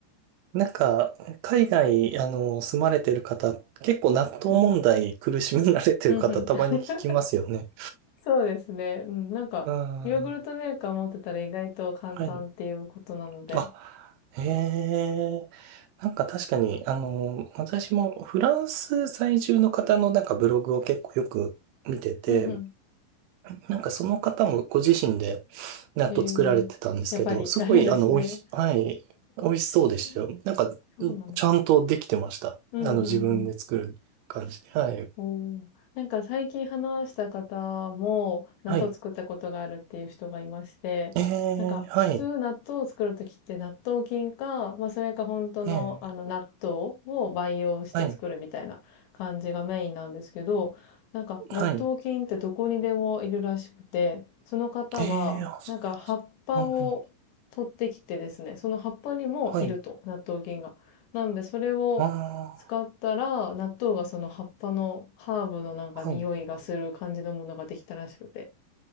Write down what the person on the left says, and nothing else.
うんうんうんうん。
<laughs> そうですね。うん、なんか、
ヨーグルトメーカー持ってたら意外と簡単っていうことなので。
うんうん。
えー、やっぱりあるんですね。
<laughs>
そうなんですね。
うんうんうん。
おお、なんか最近話した方も、納豆作ったことがあるっていう人がいまして、
なんか普通納豆を作るときって納豆菌か、
まあそれか本当のあの納豆を培養して作るみたいな感じがメインなんですけど、
なんか納豆菌ってどこにでもいるらしくて、
その方はなんか葉っぱを取ってきてですね、
その葉っぱにもいると、
納豆菌が。なのでそれを使ったら、
納豆がその葉っぱのハーブのなんか匂いがする感じのものができたらしくて。